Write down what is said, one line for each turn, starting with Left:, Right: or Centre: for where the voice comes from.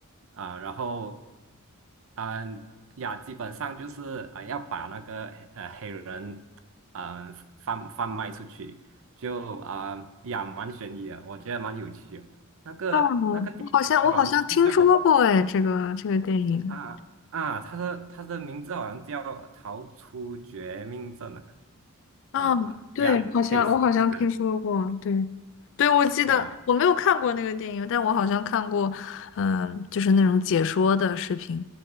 Right: 啊、然后啊、呀，基本上就是啊、呃要把那个呃黑人嗯、呃贩贩卖出去，就啊、呃呀蛮悬疑的，我觉得蛮有趣的。那个那个电影名好像是叫
Left: 哦，我好像我好像听说过哎，这个这个电影。
Right: 啊啊，他的他的名字好像叫逃出绝命镇啊，
Left: 啊，
Right: 啊呀，
Left: 对，
Right: 你可以试试看
Left: 好像我好像听说过，对，对，我记得我没有看过那个电影，
Right: 呀
Left: 但我好像看过，嗯、就是那种解说的视频，